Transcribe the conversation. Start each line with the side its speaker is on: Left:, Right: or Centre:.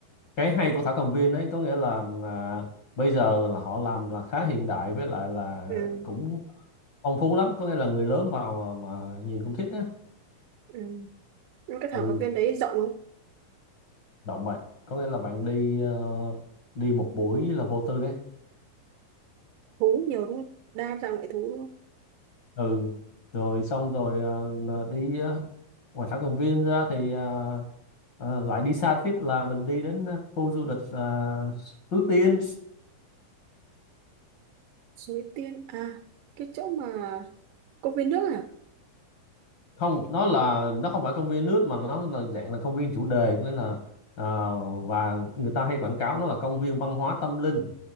Left: cái hay của Thảo Cầm Viên ấy có nghĩa là à, bây giờ là họ làm là khá hiện đại với lại là
Right: ừ
Left: cũng phong phú lắm có nghĩa là người lớn vào mà, mà nhìn cũng thích á
Right: ừ Nhưng cái Thảo
Left: ừ
Right: Cầm Viên đấy rộng không
Left: động bạn có nghĩa là bạn đi ờ, đi một buổi là vô tư đấy
Right: thú nhiều đúng không đa dạng loại thú đúng không
Left: ừ rồi xong rồi ờ, đi ờ, ngoài Thảo Cầm Viên ra thì ờ, ờ, lại đi xa tiếp là mình đi đến ờ, khu du lịch uh, Suối Tiên
Right: Suối Tiên à cái chỗ mà công viên nước à
Left: không nó là nó không phải công viên nước mà nó là dạng là công viên chủ đề có nghĩa là ờ, và người ta hay quảng cáo nó là công viên văn hóa tâm linh